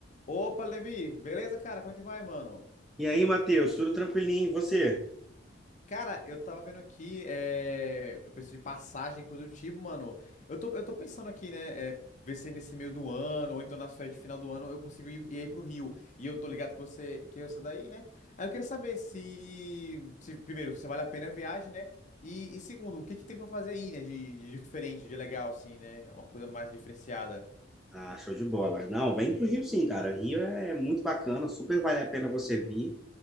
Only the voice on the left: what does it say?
Opa, Levi, beleza, cara? Como é que vai, mano?
Cara, eu tava vendo aqui, é... eu preciso de passagem, coisa do tipo, mano. Eu tô, eu tô pensando aqui, né? é, Ver se nesse meio do ano, ou então nas férias de final do ano, eu consigo ir, ir aí pro Rio. E eu tô ligado que você, que é você daí, né? Aí eu queria saber se, se, primeiro, se vale a pena a viagem, né? E, e segundo, o que que tem pra fazer aí, né? De, de diferente, de legal, assim, né? Uma coisa mais diferenciada.